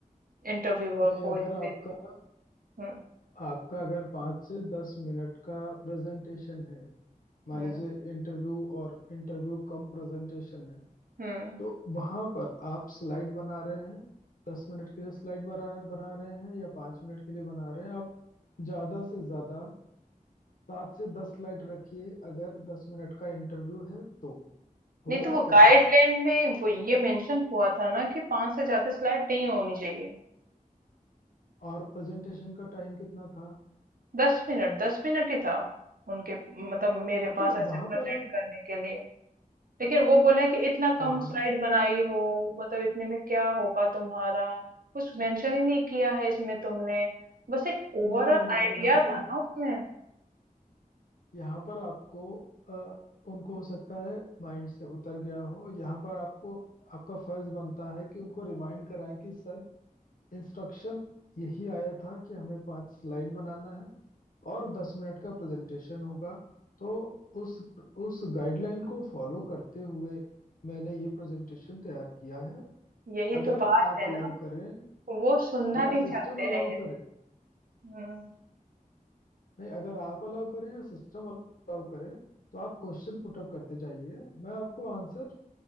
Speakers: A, on the right; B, on the left.
A: इंटरव्यूअर
B: नहीं
A: को
B: अगर
A: या
B: आपका
A: फिर हम्म
B: आपका अगर पाँच से दस मिनट का प्रेजेंटेशन है मान
A: हम्म
B: लीजिए इंटरव्यू और इंटरव्यू कम प्रेजेंटेशन है
A: हम्म
B: तो वहां पर आप स्लाइड बना रहे हैं दस मिनट के लिए स्लाइड बना बना रहे हैं या पाँच मिनट के लिए बना रहे हैं आप ज्यादा से ज्यादा सात से दस स्लाइड रखिए अगर दस मिनट का इंटरव्यू है तो होगा
A: नहीं तो वो
B: क्या
A: गाइडलाइन में वो ये मेंशन हुआ था ना कि पांच से ज्यादा स्लाइड नहीं होनी चाहिए
B: और प्रेजेंटेशन का टाइम कितना था
A: दस मिनट दस मिनट ही था उनके मतलब मेरे
B: हाँ
A: पास
B: तो
A: ऐसे
B: वहां
A: प्रेजेंट
B: पर आप
A: करने के लिए लेकिन वो बोले कि इतना कम
B: वहाँ
A: स्लाइड बनाई हो मतलब इतने में क्या होगा तुम्हारा कुछ मेंशन ही नहीं किया है इसमें तुमने बस एक ओवरऑल
B: नहीं नहीं नहीं
A: आइडिया
B: यहाँ पर
A: था ना उसमें
B: यहाँ पर आपको अ, उनको हो सकता है माइंड से उतर गया हो यहाँ पर आपको आपका फर्ज बनता है कि उनको रिमाइंड कराएं कि सर इंस्ट्रक्शन यही आया था कि हमें पांच स्लाइड बनाना है और दस मिनट का प्रेजेंटेशन होगा तो उस उस गाइडलाइन को फॉलो करते हुए मैंने ये प्रेजेंटेशन तैयार किया है
A: यही
B: अगर
A: तो बात
B: आप
A: है
B: अलाउ
A: ना
B: करें
A: वो सुनना
B: या
A: नहीं
B: सिस्टम
A: चाहते
B: अलाउ
A: हैं ये
B: करे
A: हम्म,
B: नहीं अगर आप अलाउ करें या सिस्टम अलाउ करे तो आप क्वेश्चन पुटअप करते जाइए मैं आपको आंसर